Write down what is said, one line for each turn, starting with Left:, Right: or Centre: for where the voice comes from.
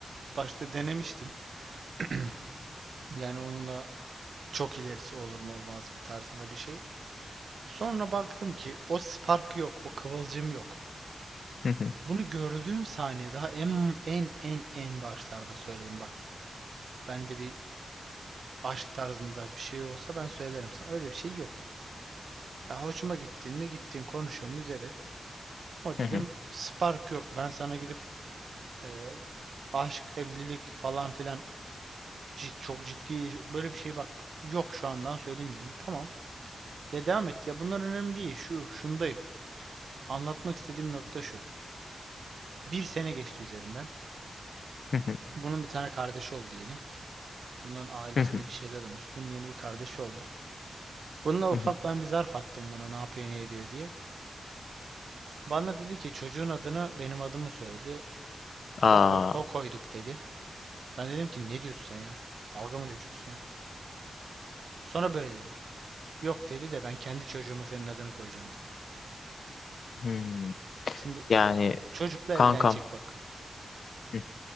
Right: başta denemiştim. <clears throat> Yani onun da çok ilerisi olur mu olmaz mı tarzında bir şey. Sonra baktım ki o spark yok, o kıvılcım yok.
Left: Hı hı,
Right: Bunu gördüğüm saniye daha en en en en başlarda söyledim bak. Bende bir aşk tarzında bir şey olsa ben söylerim sana. Öyle bir şey yok. Ya hoşuma gittin mi gittin konuşuyor muyuz evet. Ama
Left: hı
Right: dedim
Left: hı,
Right: spark yok. Ben sana gidip e, aşk, evlilik falan filan cid- çok ciddi böyle bir şey bak yok şu andan söyleyeyim dedim. Tamam. Ya devam et ya bunlar önemli değil. Şu şundayım. Anlatmak istediğim nokta şu. Bir sene geçti üzerinden.
Left: hı hı,
Right: Bunun bir tane kardeşi oldu yeni. Bunların ailesinde
Left: hı hı,
Right: bir şeyler olmuş. Bunun yeni bir kardeşi oldu. Bununla ufak
Left: hı hı.
Right: ben bir zarf attım buna ne yapıyor ne ediyor diye. Bana dedi ki çocuğun adını benim adımı söyledi.
Left: Aa,
Right: O, koy- o koyduk dedi. Ben dedim ki ne diyorsun sen ya? Dalga mı geçiyorsun ya? Sonra böyle dedi. Yok dedi de ben kendi çocuğuma senin adını koyacağım dedi.
Left: hmm.
Right: Şimdi
Left: Yani
Right: çocukla
Left: kankam.
Right: evlenecek bak.
Left: hı.